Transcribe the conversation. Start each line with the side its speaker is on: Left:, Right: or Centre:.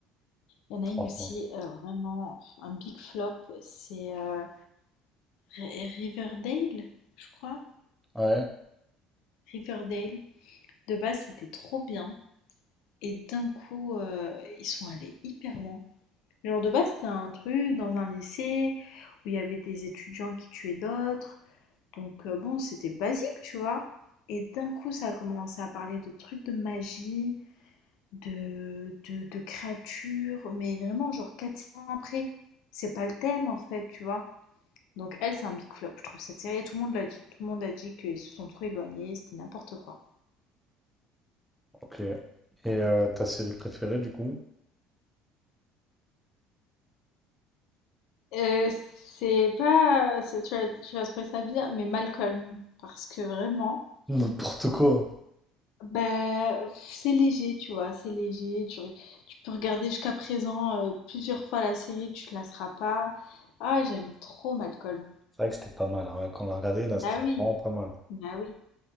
Left: Il y en a
Centre: Franchement.
Left: une aussi, euh, vraiment, un big flop, c'est euh, Ri- Riverdale, je crois.
Centre: Ouais,
Left: Riverdale, de base, c'était trop bien et d'un coup, heu, ils sont allés hyper loin. Genre de base, c'était un truc dans un lycée où il y avait des étudiants qui tuaient d'autres. Donc heu, bon, c'était basique, tu vois? Et d'un coup, ça a commencé à parler de trucs de magie, de de de créatures, mais vraiment genre 400 ans après. C'est pas le thème en fait, tu vois? Donc elle, c'est un big flop, je trouve cette série tout le monde l'a dit. Tout le monde a dit qu'ils se sont trop éloignés, c'était n'importe quoi.
Centre: ok. Et euh, ta série préférée, du coup?
Left: Euh, c'est pas. c'est- Tu vas, tu vas trouver ça bien, mais Malcolm. Parce que vraiment,
Centre: N'importe quoi.
Left: bah, c'est léger, tu vois, c'est léger. Tu, re- tu peux regarder jusqu'à présent euh, plusieurs fois la série, tu te lasseras pas. Ah, j'aime trop Malcolm.
Centre: C'est vrai que c'était pas mal. hein. Ouais, Quand on l'a regardé, là,
Left: Bah
Centre: c'était
Left: oui,
Centre: vraiment pas mal.
Left: bah oui.